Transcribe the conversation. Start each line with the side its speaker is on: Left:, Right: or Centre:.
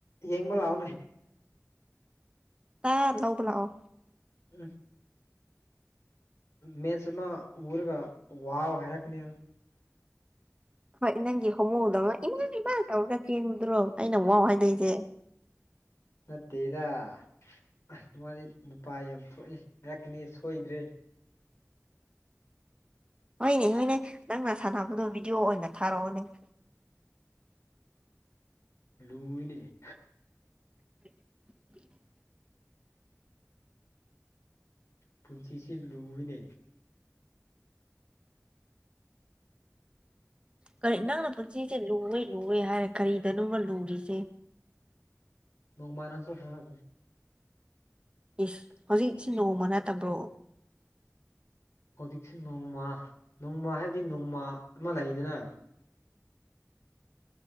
Left: ꯌꯦꯡꯕ ꯂꯥꯛꯑꯣꯅꯦ
Right: ꯇꯥ ꯂꯧꯕ ꯂꯥꯛꯑꯣ
Left: ꯎꯝ <unintelligible> ꯃꯦꯠꯆ ꯑꯃ ꯎꯔꯒ ꯋꯥꯎ ꯍꯥꯏꯔꯛꯀꯅꯤ
Right: ꯍꯣꯏ ꯅꯪꯒꯤ ꯍꯣꯡꯃꯣꯗꯧ ꯏꯃꯥ ꯏꯃꯥ ꯇꯧꯔꯒ ꯆꯦꯟꯕꯗꯨꯔꯣ ꯑꯩꯅ ꯑꯃꯨꯛꯋꯥꯎ ꯍꯥꯏꯗꯣꯏꯁꯦ
Left: ꯅꯠꯇꯦꯗ ꯑꯁ ꯃꯥꯗꯤ ꯅꯨꯄꯥ ꯌꯥꯝ ꯊꯣꯛꯏ ꯉꯛꯅꯦ ꯁꯣꯏꯗ꯭ꯔꯦ
Right: ꯍꯣꯏꯅꯦ ꯍꯣꯏꯅꯦ ꯅꯪꯅ ꯁꯥꯟꯅꯕꯗꯣ ꯚꯤꯗꯤꯑꯣ ꯑꯣꯏꯅ ꯊꯥꯔꯛꯑꯣꯅꯦ
Left: ꯂꯨꯅꯦ
Right: <inaudible>
Left: ꯄꯨꯟꯁꯤꯁꯤ ꯂꯨꯕꯤꯅꯦ
Right: ꯀꯔꯤ ꯅꯪꯅ ꯄꯨꯟꯁꯤꯁꯦ ꯂꯨ ꯂꯨ ꯍꯥꯏꯔꯦ ꯀꯔꯤꯗꯅꯣꯃ ꯂꯨꯔꯤꯁꯦ
Left: ꯅꯣꯡꯃ ꯅꯪꯁꯨ ꯈꯪꯅꯒꯅꯦ
Right: ꯏꯁ ꯍꯧꯖꯤꯛꯁꯤ ꯅꯣꯡꯃ ꯅꯠꯇꯕ꯭ꯔꯣ
Left: ꯍꯧꯖꯤꯛꯁꯨ ꯅꯣꯡꯃ ꯅꯣꯡꯃ ꯍꯥꯏꯕꯗꯤ ꯅꯣꯡꯃ ꯑꯃ ꯂꯩꯗꯅ